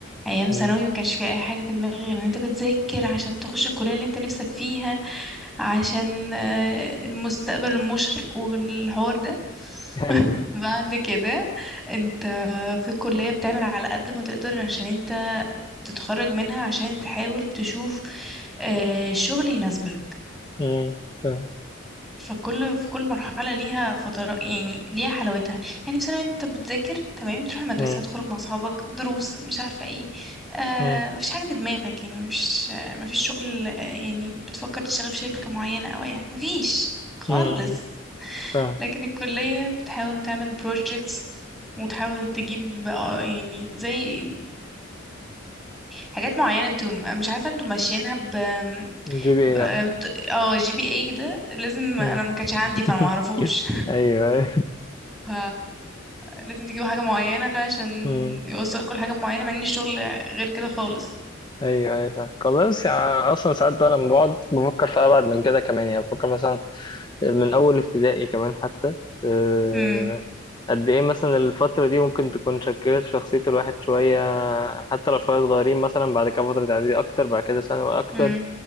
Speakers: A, in the centre; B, on the left.
A: أيام
B: مم.
A: ثانوي ما كانش في أي حاجة في دماغك غير إن أنت بتذاكر عشان تخش الكلية اللي أنت نفسك فيها عشان آه، المستقبل المشرق والحوار ده
B: <laughs>
A: <laughs> بعد كده أنت في الكلية بتعمل على قد ما تقدر عشان أنت تتخرج منها عشان تحاول تشوف آه، شغل يناسبك
B: امم فاهم
A: فكل في كل مرحلة ليها فترة يعني ليها حلاوتها يعني في ثانوي انت بتذاكر تمام تروح المدرسة
B: امم
A: تخرج مع اصحابك دروس مش عارفة ايه آه
B: امم
A: مفيش حاجة في دماغك يعني مش مفيش شغل آه، يعني بتفكر تشتغل في شركة معينة او اي حاجة مفيش خالص
B: امم فاهم
A: لكن الكلية بتحاول تعمل projects وتحاول تجيب آه، يعني زي حاجات معينة انتوا مش عارفة انتوا ماشيينها ب
B: جي بي
A: ب-
B: اي اه
A: بت- اه جي بي اي ده لازم انا
B: امم
A: ما كانش عندي
B: <laughs>
A: فما اعرفوش
B: ايوه ايوه
A: <laughs> ف لازم تجيبوا حاجة معينة عشان
B: امم
A: يوصلكوا لحاجة معينة مع ان الشغل غير كده خالص
B: ايوه ايوه فاهم خلاص يعني اصلا ساعات بقى لما بقعد بفكر في ابعد من كده كمان يعني بفكر مثلا من اول ابتدائي كمان حتى آه،
A: امم
B: قد ايه مثلا الفترة دي ممكن تكون شكلت شخصية الواحد شوية حتى لو شوية صغيرين مثلا بعد كده فترة اعدادي اكتر بعد كده ثانوي اكتر
A: امم